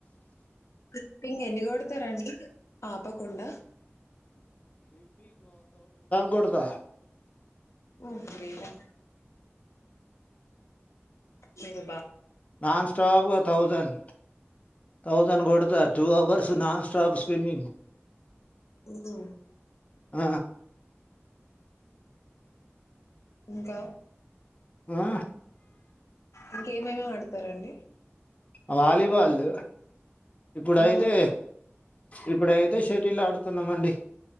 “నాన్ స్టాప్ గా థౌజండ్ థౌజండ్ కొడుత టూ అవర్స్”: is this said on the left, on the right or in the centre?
Left